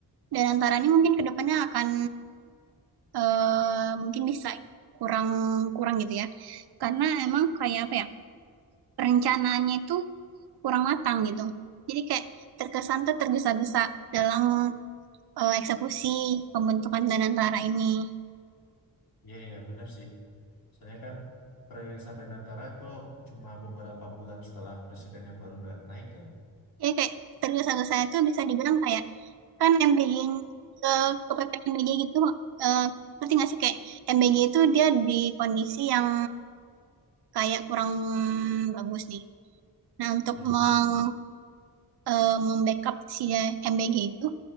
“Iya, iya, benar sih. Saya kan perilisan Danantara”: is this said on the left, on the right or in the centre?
Left